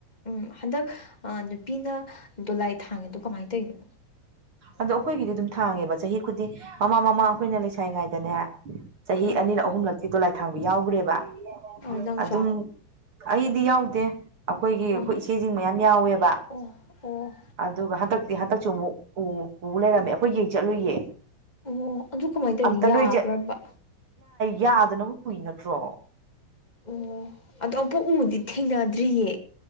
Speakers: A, on the left; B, on the right.
A: ꯎꯝ ꯍꯟꯗꯛ ꯅꯨꯄꯤꯅ ꯗꯣꯂꯥꯏ ꯊꯥꯡꯉꯦꯗꯣ ꯀꯃꯥꯏꯅ ꯇꯧꯔꯤꯅꯣ
B: ꯑꯗꯣ ꯑꯩꯈꯣꯏꯒꯤꯗꯤ ꯑꯗꯨꯝ ꯊꯥꯡꯉꯦꯕ ꯆꯍꯤ ꯈꯨꯗꯤꯡ ꯃꯃꯥ ꯃꯃꯥ ꯑꯩꯈꯣꯏꯅ ꯂꯩꯁꯥꯏ ꯉꯥꯏꯗꯅꯦ ꯆꯍꯤ
A: ꯑꯥ
B: ꯑꯅꯤꯅ ꯑꯍꯨꯝꯂꯛꯇꯤ ꯗꯣꯂꯥꯏ ꯊꯥꯡꯕ ꯌꯥꯎꯈ꯭ꯔꯦꯕ
A: ꯑꯧ ꯅꯪꯁꯨ
B: ꯑꯗꯨꯝ ꯑꯩ ꯗꯤ ꯌꯥꯎꯗꯦ ꯑꯩꯈꯣꯏꯒꯤ
A: ꯑꯣ
B: ꯑꯩꯈꯣꯏ ꯏꯆꯦꯁꯤꯡ ꯃꯌꯥꯝ ꯌꯥꯎꯋꯦꯕ
A: ꯑꯣ ꯑꯣ
B: ꯑꯗꯨꯒ ꯍꯟꯗꯛꯇꯤ ꯍꯟꯗꯛꯁꯨ ꯑꯃꯨꯛ ꯎ ꯎ ꯂꯩꯔꯝꯃꯦ ꯑꯩꯈꯣꯏ ꯌꯦꯡ ꯆꯠꯂꯨꯌꯦ
A: ꯑꯣ ꯑꯗꯨ ꯀꯃꯥꯏꯅ ꯇꯧꯔꯤꯅꯣ
B: ꯑꯝꯇ
A: ꯌꯥꯕ꯭ꯔꯕ
B: ꯅꯣꯏꯁꯦ ꯌꯥꯗꯅꯕ ꯄꯨꯏ ꯅꯠꯇ꯭ꯔꯣ
A: ꯑꯣ ꯑꯗꯣ ꯑꯃꯄꯛ ꯎꯗꯤ ꯊꯦꯡꯅꯗ꯭ꯔꯤꯌꯦ